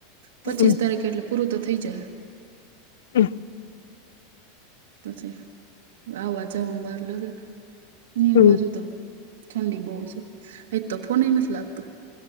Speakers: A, on the right (about 80°); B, on the left (about 80°).
A: પચીસ
B: હમ
A: તારીખે એટલે પૂરું તો થઇ જશે.
B: હમ.
A: પછી આવવા જવામાં બાર લાગેને, હ્
B: હમ
A: બાજુ તો ઠંડી બો સ એ તો ફોન એ નથ લાગતો.